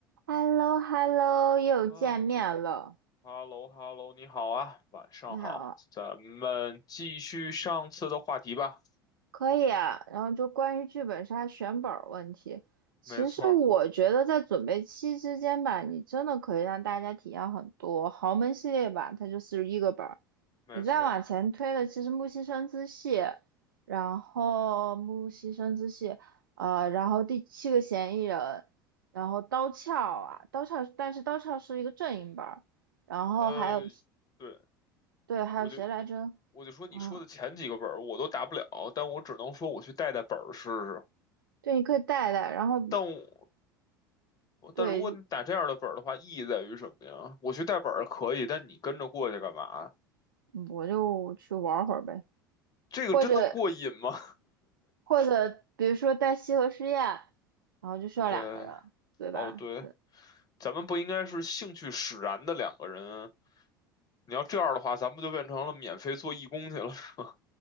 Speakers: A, on the right (about 75°); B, on the left (about 35°).
A: h e l l o h e l l o 又见面了。
B: 啊哈喽哈喽，你好啊，晚上好，
A: 你好，
B: 咱们继续上次的话题吧。
A: 可以啊。然后就关于剧本杀选本儿问题，其实我觉得在准备期之间吧，
B: 没错儿，
A: 你真的可以让大家体验很多。豪门系列吧，它就四十一个本儿。
B: 没错儿。
A: 你再往前推的，其实木西生之系，然后木西生之系，呃，然后第七个嫌疑人，然后刀鞘啊，刀鞘，但是刀鞘是一个阵营本儿，然后还有
B: 呃，对，
A: 对，还有谁来着？
B: 我就我就说你说的前几个本儿我都打不了，
A: 嗯，
B: 但我只能说我去带带本儿试试。
A: 对，你可以带带，然后
B: 但我但如果你打这样的本儿的话，
A: 对，
B: 意义在于什么呀？我去带本儿可以，但你跟着过去干嘛？
A: 嗯我就去玩会儿呗，
B: 这个真的过瘾吗？
A: 或者或者比如说带西河实验，然后就需要两个人，
B: <laughs> 对，
A: 对吧？
B: 哦对。
A: 对，
B: 咱们不应该是兴趣使然的两个人。你要这样的话，咱们就变成了免费做义工去了。<laughs>